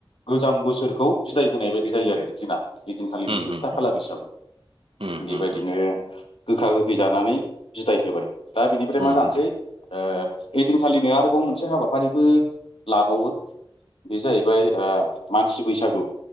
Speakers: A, on the left; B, on the right.
A: गोजाम बोसोरखौ सिदाय होनाय बायदि जायो आरो बिदिना ओइदिनखालिनि
B: उम
A: जोबथा
B: उम
A: खालार हिसाबै
B: उम
A: बेबायदिनो
B: उम
A: गोखा गोखै जानानै बिदाय होबाय दा बिनिफ्राय
B: उम
A: मा जानोसै
B: उम
A: ओ ओइदिनखालिनो आरोबाव मोनसे हाबाफारिबो लाबावो बे जाहैबाय ओ मानसि बैसागु